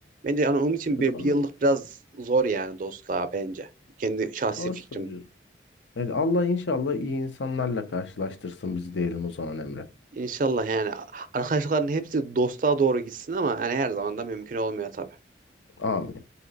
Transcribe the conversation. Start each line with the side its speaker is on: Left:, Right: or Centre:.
Right: Bence hani onun için bir,
Left: Doğru,
Right: bir yıllık biraz zor yani dostluğa bence. Kendi şahsi
Left: doğru
Right: fikrim.
Left: söylüyorsun. Evet, Allah inşallah iyi insanlarla karşılaştırsın bizi diyelim o zaman Emre.
Right: İnşallah yani arkadaşlıkların hepsi dostluğa doğru gitsin ama yani her zaman da mümkün olmuyor tabii.
Left: Amin.